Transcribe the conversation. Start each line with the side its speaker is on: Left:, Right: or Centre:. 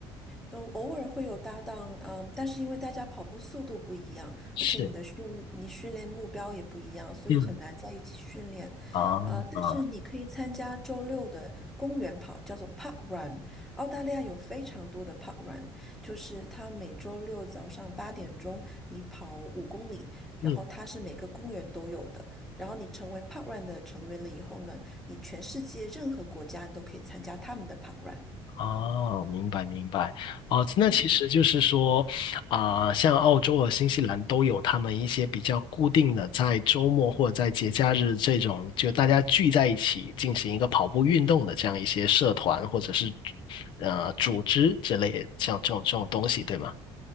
Centre: 都偶尔会有搭档，嗯，但是因为大家跑步速度不一样，
Left: 是，
Centre: 而且你的训你训练目标也不一样，所以很难在一起训练。
Left: 嗯，啊
Centre: 呃，但是你可以参加周六的公园跑，
Left: 啊，
Centre: 叫做 Park Run。澳大利亚有非常多的 Park Run，就是它每周六早上八点钟，你跑五公里，然后它是每个公园都有的。
Left: 嗯，
Centre: 然后你成为 Park Run 的成员了以后呢，你全世界任何国家你都可以参加他们的 Park Run。
Left: 哦，明白明白。哦，那其实就是说，
Centre: 嗯。
Left: 啊、像澳洲和新西兰都有他们一些比较固定的，在周末或者在节假日这种，就大家聚在一起进行一个跑步运动的这样一些社团或者是呃组织之类的，像这种这种东西，对吗？